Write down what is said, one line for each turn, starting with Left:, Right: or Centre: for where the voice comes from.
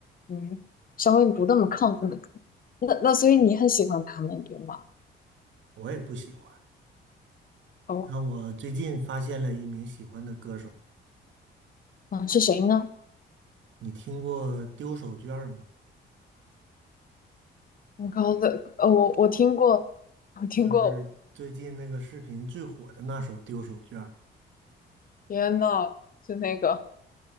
Left: 嗯，稍微不那么亢奋的歌。那那所以你很喜欢他们，对吗？
Right: 我也不喜欢，
Left: 哦，
Right: 那我最近发现了一名喜欢的歌手，
Left: 嗯，是谁呢？
Right: 你听过丢手绢吗？
Left: 你刚的，呃，我我听过，我听过，
Right: 就是最近那个视频最火的那首《丢手绢
Left: 天呐，是那个